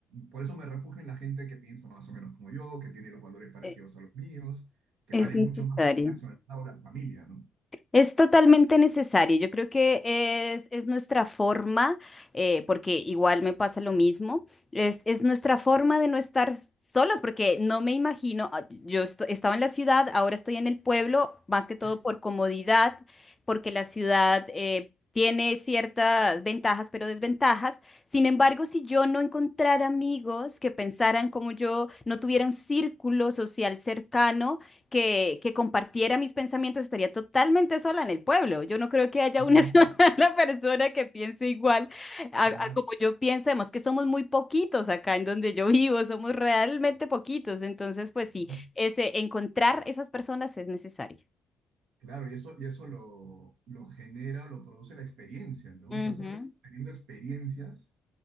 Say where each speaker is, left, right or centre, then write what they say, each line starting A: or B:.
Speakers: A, on the right (about 85°); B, on the left (about 15°).
A: por eso me refugio en la gente que piensa más o menos como yo, que tiene los valores parecidos
B: e-
A: a los míos, que
B: Es
A: vale
B: necesario.
A: mucho más que la nacionalidad o la familia, ¿no?
B: Es totalmente necesario. Yo creo que es, es nuestra forma, eh, porque igual me pasa lo mismo, es, es nuestra forma de no estar solos, porque no me imagino, ah, yo est- estaba en la ciudad, ahora estoy en el pueblo, más que todo
A: Sí.
B: por comodidad, porque la ciudad eh, tiene ciertas ventajas, pero desventajas. Sin embargo, si yo no encontrara amigos que pensaran como yo, no tuviera un círculo social cercano, que, que compartiera mis pensamientos, estaría totalmente sola en el pueblo. Yo no creo que haya
A: Claro,
B: una <laughs> sola persona que piense igual a,
A: claro.
B: a como yo pienso. Además que somos muy poquitos acá en donde yo vivo, somos realmente poquitos. Entonces, pues sí,
A: ¿no?
B: ese, encontrar esas personas es necesario.
A: Claro, y eso, y eso lo, lo genera, lo produce la experiencia, ¿no?
B: Ujú,
A: O sea, solamente teniendo experiencias